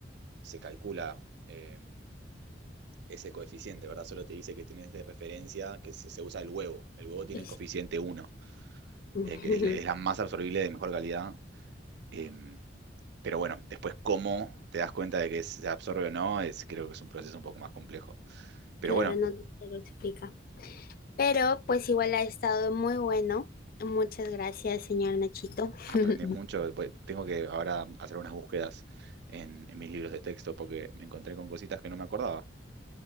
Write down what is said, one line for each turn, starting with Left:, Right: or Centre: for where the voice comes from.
Right: se calcula eh, ese coeficiente, ¿verdad? Solo te dice que tienes de referencia que se, se usa el huevo. El huevo tiene
Left: Es-
Right: el coeficiente uno
Left: Ujú.
Right: eh, que es, la- es la
Left: <laughs>
Right: más absorbible de mejor calidad. em, pero bueno, después cómo te das cuenta de que se absorbe o no, es, creo que es un proceso un poco más complejo. Pero
Left: Claro,
Right: bueno,
Left: no te lo explica. Pero pues igual ha estado muy bueno. Muchas gracias, señor Nachito.
Right: Aprendí
Left: <laughs>
Right: mucho. voy- Tengo que ahora hacer unas búsquedas en, en mis libros de texto porque me encontré con cositas que no me acordaba.